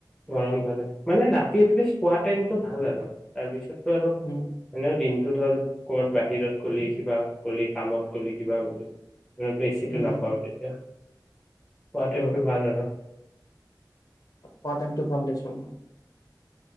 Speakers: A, in the centre; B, on the left.
A: গৰম ধৰে মানে ৰা লিষ্ট পোৱা াইমো ভাল আৰু তাৰপিছত আৰু
B: উম,
A: এনেও দিন ধৰ ক'বাত বাহিৰত গ'ল কিবা কল কামত গল কিবা গলি ত পই চিটো
B: উম,
A: নাপাবওঁ
B: উম।
A: তেতিয়া
B: সেইটো
A: পোৱা টাইমটো ভাল আৰু
B: পাটমটো ভাল দেছোন